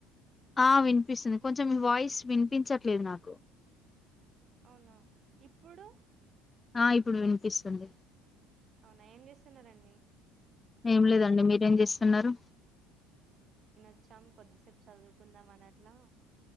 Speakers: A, on the left; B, on the right.
A: ఆ వినిపిస్తుంది కొంచెం ఈ వాయిస్ వినిపించట్లేదు నాకు
B: అవునా ఇప్పుడు?
A: ఆ ఇప్పుడు వినిపిస్తుంది
B: అవునా ఏం చేస్తున్నారండి
A: ఏం లేదండి మీరు ఏం చేస్తున్నారు
B: వచ్చాం కొద్దిసేపు చదువుకుందాం అని అట్లా